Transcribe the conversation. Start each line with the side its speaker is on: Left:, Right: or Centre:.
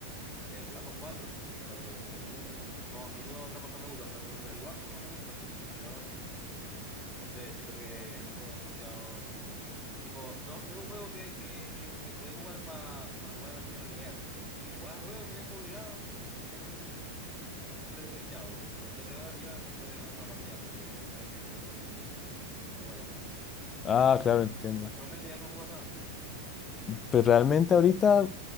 Centre: El Black Ops 4, pero de resto, no, ninguna otra cosa me gusta. Por ejemplo, el Warzone no me gusta, de verdad no me gusta. No sé, siento que es un juego demasiado. Tipo, no, no es un juego que, que, que, que puedes jugar pa- para jugar así de la ligera. Tipo, si jugás al juego, tenés que obligado ser un, un completo viciado. Meterle horas y horas para poder ganar una partida, porque hay gente muy, muy buena, pues.
Left: Ah,
Centre: Pero
Left: claro,
Centre: actu-
Left: entiendo.
Centre: actualmente ya no jugás nada.
Left: Pues realmente ahorita,